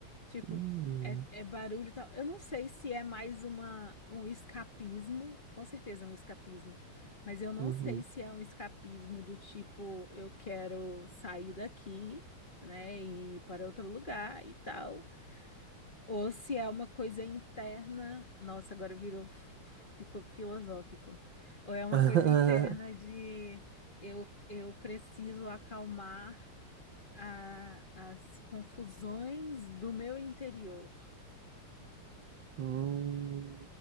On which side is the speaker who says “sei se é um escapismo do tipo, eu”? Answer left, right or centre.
Left